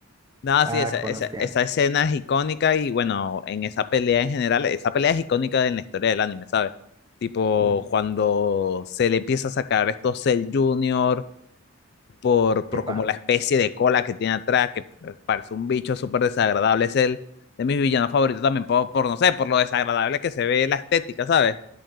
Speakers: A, on the left; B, on the right.
A: No,
B: Ah,
A: sí, esa,
B: qué buenos
A: esa,
B: tiempos.
A: esa escena es icónica y bueno, en esa pelea en general, esa pelea es icónica en la historia del anime, ¿sabes? Tipo,
B: Ujú.
A: cuando Cell empieza a sacar estos Cell Junior por, por
B: Epa.
A: como la especie de cola que tiene atrás, que parece un bicho súper desagradable. Es el de mis villanos favoritos también, por, por, no sé, por lo desagradable que se ve la estética, ¿sabes?